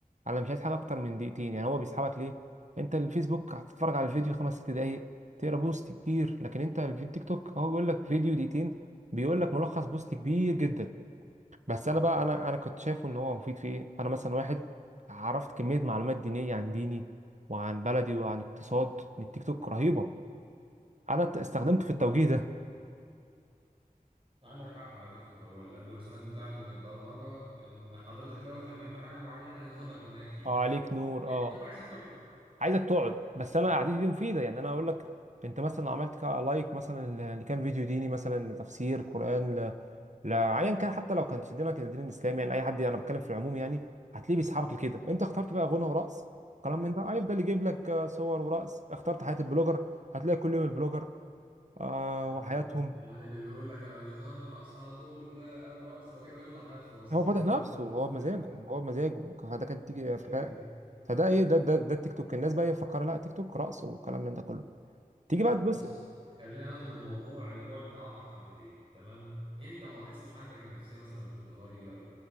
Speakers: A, on the right; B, on the right.
A: انا مش عايز حاجه اكتر من دقيقتين يعني هو بيسحبك ليه انت الفيسبوك هتتفرج على الفيديو خمس ست دقايق تقرا بوست كبير لكن انت الفيديو تيك توك هو بيقول لك فيديو دقيقتين بيقول لك ملخص بوست كبير جدا بس
B: عندك
A: انا بقى
B: حق
A: انا انا كنت شايفه ان هو مفيد في ايه انا مثلا واحد عرفت كميه معلومات دينيه عن ديني وعن بلدي وعن اقتصاد من التيك توك رهيبه انا ت- استخدمته في التوجيه ده
B: عندك حق على فكرة هو الالجوريزمات بتاعته متبرمجة ان حضرتك لو اهتميت بحاجة معينة هيظهر لك منها كتير
A: اه عليك نور
B: لان
A: اه
B: هو عايزك تقعد
A: عايزك تقعد بس انا قعدتي دي مفيده يعني انا اقول لك انت مثلا لو عملت كا- لايك مثلا ل- لكام فيديو ديني مثلا لتفسير قران ل... لايا كان حتى لو كان دينك الدين الاسلامي يعني اي حد انا بتكلم في العموم يعني هتلاقيه بيسحبك لكده انت اخترت بقى غنى ورقص كلام من ده هيفضل يجيب لك آه، صور ورقص اخترت حياه البلوجر هتلاقي كل يوم البلوجر آه
B: يعني
A: وحياتهم
B: يعني اللي بيقول لك انا بيظهر لي رقص على طول وده اب رقص هو كده بيفضح نفسه اصلا
A: هو فاتح
B: انت اللي
A: نفسه
B: اخترت في
A: هو بمزاجه
B: الأول.
A: هو بمزاجه فده كان
B: بمزاجك
A: تيجي فده فده ايه ده ده ده التيك توك الناس بقى مفكره لا تيك توك رقص وكلام من ده كله تيجي بقى
B: طب
A: تبص
B: بص خلينا ناخد الموضوع لبعد اعمق حبتين تمام انت ما لاحظتش حالتك النفسيه مثلا بتتغير